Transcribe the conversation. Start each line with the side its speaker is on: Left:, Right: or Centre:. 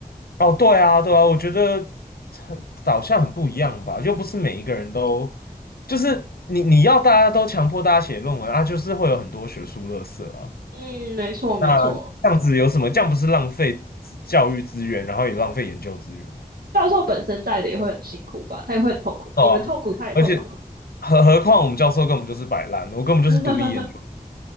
Left: 哦对啊对啊，我觉得很导向很不一样吧，又不是每一个人都就是你你要大家都强迫大家写论文啊，就是会有很多学术垃色啊。
Right: 嗯，没错，没错。
Left: 那这样子有什么？这样不是浪费资教育资源，然后也浪费研究资源。
Right: 教授本身带的也会很辛苦吧，他也会很痛苦，
Left: 哦，
Right: 你们痛苦，他也痛苦。
Left: 而且何何况我们教授根本就是摆烂，我根本就是独立研究。
Right: <laughs>